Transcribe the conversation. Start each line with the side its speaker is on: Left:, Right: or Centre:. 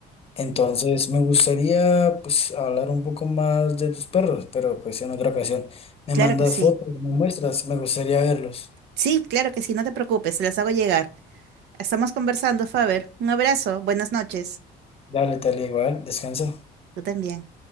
Left: Entonces, me gustaría pues hablar un poco más de tus perros, pero pues en otra ocasión. Me
Right: Claro
Left: mandas
Right: que sí.
Left: fotos, me muestras, me gustaría verlos.
Right: Sí, claro que sí, no te preocupes, se las hago llegar. Estamos conversando, Faber. Un abrazo, buenas noches.
Left: Dale, Natalia, igual, descansa.
Right: Tú también.